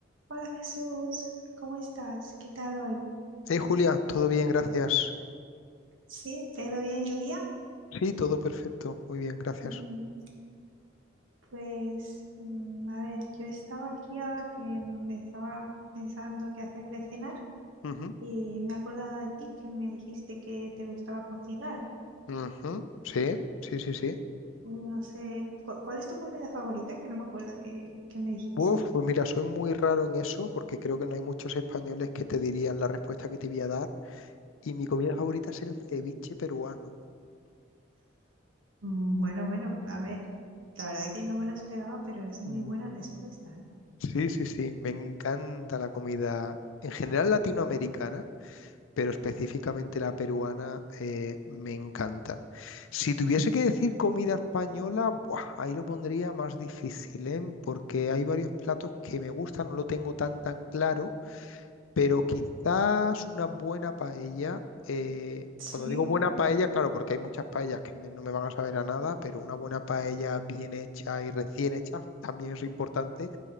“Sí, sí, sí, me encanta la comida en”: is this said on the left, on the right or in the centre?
Left